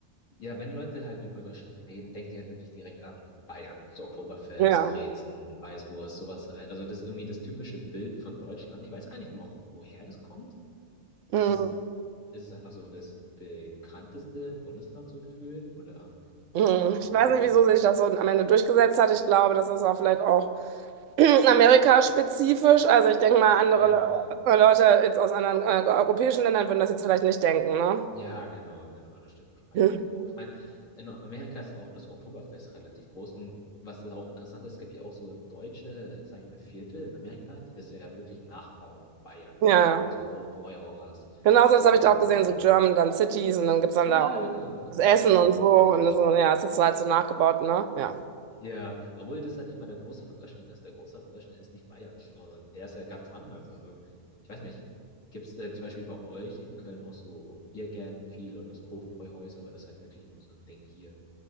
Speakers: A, on the left; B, on the right.
A: ja, wenn Leute halt über Deutschland reden, denken sie halt wirklich direkt an Bayern. So Oktoberfest,
B: Ja.
A: Brezen, Weißwurst, sowas halt. Also das ist irgendwie das typische Bild von Deutschland. Ich weiß gar nicht, wo, woher das kommt.
B: Mhm.
A: Es ist, es ist einfach so das bekannteste Bundesland so gefühlt oder
B: Mhm.
A: warum?
B: Ich weiß nicht, wieso sich das so am Ende durchgesetzt hat. Ich glaube, das ist auch vielleicht auch <clears throat> Amerika-spezifisch. Also ich denke mal, andere
A: Ja,
B: Le äh, Leute jetzt aus anderen äh, europäischen Ländern würden das jetzt vielleicht nicht denken, ne?
A: Ja, genau, genau, das stimmt wahrscheinlich
B: Mhm.
A: auch. Ich meine, in Amerika ist ja auch das Oktoberfest relativ groß und was da auch interessant ist, es gibt ja auch so deutsche, sag ich mal, Viertel in Amerika, die das ja wirklich nachbauen, Bayern,
B: Ja, ja.
A: wo du halt so einen Hofbräuhaus hast
B: Genauso,
A: und
B: das habe ich da auch gesehen,
A: alles.
B: so German, dann Cities und dann gibt es dann
A: Ja,
B: da auch.
A: genau,
B: Das Essen
A: genau so German
B: und so
A: Villages.
B: und so, ja, es ist halt so nachgebaut, ne? Ja.
A: Ja, obwohl das ja nicht mal der Großteil von Deutschland ist. Der Großteil von Deutschland ist nicht Bayern und der ist ja ganz anders. Also, ich weiß nicht, gibt es denn zum Beispiel bei euch in Köln auch so Biergärten viel oder so Hofbräuhäuser oder ist halt wirklich nur so ein Ding hier?